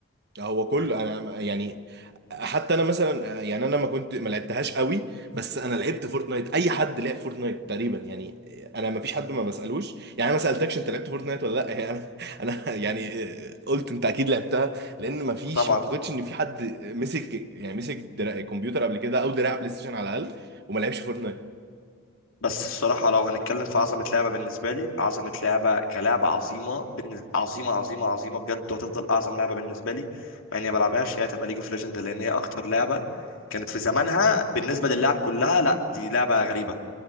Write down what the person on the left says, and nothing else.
طبعا
بس الصراحة لو هنتكلم في عظمة لعبة بالنسبة لي عظمة لعبة كلعبة عظيمة بالنز... عظيمة عظيمة عظيمة بجد وهتفضل أعظم لعبة بالنسبة لي مع إني ما بلعبهاش هي هتبقى ليج اوف ليجند لأن هي أكتر لعبة كانت في زمانها بالنسبة للعب كلها لا دي لعبة غريبة